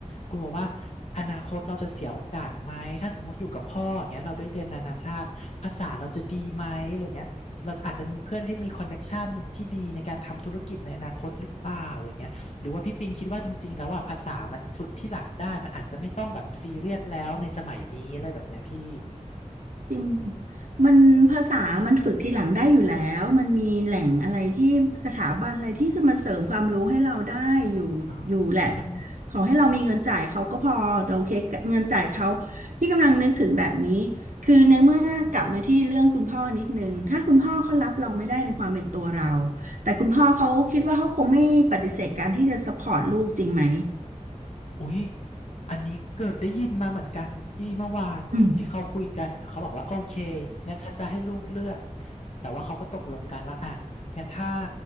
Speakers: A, on the left; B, on the right.
A: กลัวว่าอนาคตเราจะเสียโอกาสไหมถ้าสมมติอยู่กับพ่ออย่างเงี้ยเราได้เรียนนานาชาติภาษาเราจะดีไหมอะไรเงี้ยเราอาจจะมีเพื่อนที่มีคอนเน็กชันที่ดีในการทำธุรกิจในอนาคตหรือเปล่าอะไรเงี้ยหรือว่าพี่ปิงคิดว่าจริงๆแล้วอ่ะภาษามันฝึกที่หลังได้มันอาจจะไม่ต้องแบบซีเรียสแล้วในสมัยนี้อะไรแบบเนี้ยพี่
B: จริงมันภาษามันฝึกทีหลังได้อยู่แล้วมันมีแหล่งอะไรที่สถาบันอะไรที่จะมาเสริมความรู้ให้เราได้อยู่อยู่แหละ
A: อ๋อ
B: ขอให้เรามีเงินจ่ายเขาก็พอแต่โอเคเงินจ่ายเขาพี่กำลังนึกถึงแบบนี้คือในเมื่อกลับมาที่เรื่องคุณพ่อนิดนึงถ้าคุณพ่อเขารับเราไม่ได้ในความเป็นตัวเราแต่คุณพ่อเขาคิดว่าเขาคงไม่ปฏิเสธการที่จะ support ลูกจริงไหม
A: อุ๊ยอันนี้เกิดได้ยินมาเหมือนกันที่เมื่อวานที่เขาคุยกันนะเขาบอกว่าโอเค
B: อืม
A: งั้นฉันจะให้ลูกเลือกแต่ว่าเขาก็ตกลงกันว่าอ่ะงั้นถ้า